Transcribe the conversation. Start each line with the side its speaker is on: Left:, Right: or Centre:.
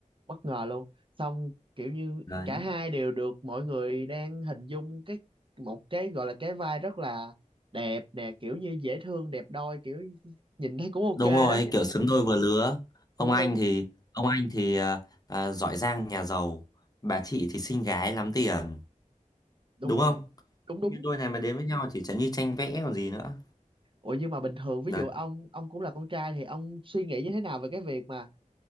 Right: bất ngờ luôn xong kiểu như
Left: đấy
Right: cả hai đều được mọi người đang hình dung cái một cái gọi là cái vai rất là đẹp nè kiểu như dễ thương đẹp đôi kiểu nhìn thấy cũng ok
Left: đúng rồi
Right: đó
Left: kiểu xứng đôi vừa lứa ông
Right: đúng
Left: anh
Right: đúng
Left: thì ông anh thì à, à, giỏi giang nhà giàu bà chị thì xinh gái lắm tiền
Right: đúng
Left: đúng
Right: rồi
Left: không
Right: đúng đúng
Left: như đôi này mà đến với nhau chỉ chẳng như tranh vẽ còn gì nữa
Right: Ủa nhưng mà bình thường ví
Left: đấy
Right: dụ ông ông cũng là con trai thì ông suy nghĩ như thế nào về cái việc mà